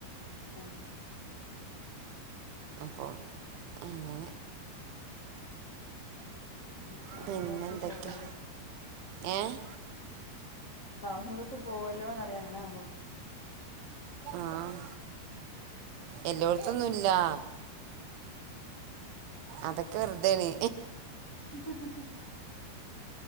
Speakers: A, on the left (about 85°); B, on the right (about 85°).
A: ഉം
B: അപ്പം അങ്ങനെ
A: പിന്നെ സൗഹൃദത്തിൽ
B: പിന്നെന്തക്കെ
A: പോവല്ലേ
B: ഏഹ്
A: സൗഹൃദത്ത് പോവല്ലോന്ന് അറിയാ അങ്ങനെകുമ്പോ
B: ആഹ് എല്ലോടത്തൊന്നും ഇല്ലാ അതൊക്കെ വെറുതെണ്
A: <unintelligible>